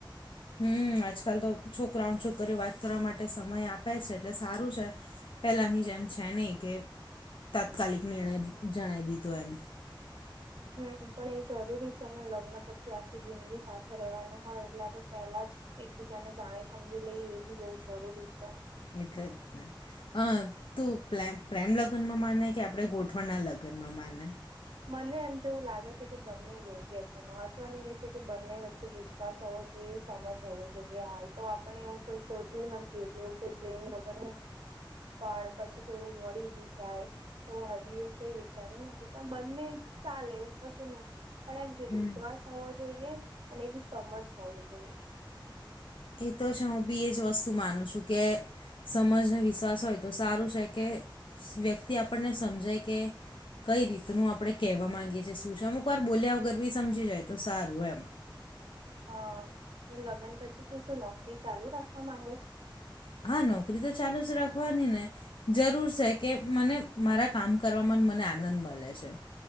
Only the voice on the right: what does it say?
હમ્મ પણ એ જરૂરી છે ને લગ્ન પછી આખી જિંદગી સાથે રહેવાનું હોય એટલે આપડણે પહેલા જ એકબીજા ને જાણી સમજી લઈ એ બી બહુ જરૂરી છે
મને એમ તો એવું લાગે છે કે બંને યોગ્ય છે મહત્વનું એ છે કે બંને વચ્ચે વિશ્ વિકાસ હોવો જોઈએ સમજ હોવો જોઈએ હા એ તો આપણે એવું કોઈ શોધ્યું નથી એટલે એવું કોઈ પ્રેમ લગન નથી પણ પછી કોઈ એવું મળી બી જાય તો હજી એવું કઈ વિચાર્યું નથી પણ બંને ચાલે એવું કશું નહી પણ એમ કે
વિશ્વાસ હોવો જોઈએ અને સમજ હોવી જોઈએ
હા લગ્ન પછી તું શું નોકરી ચાલુ રાખવા માંગે છે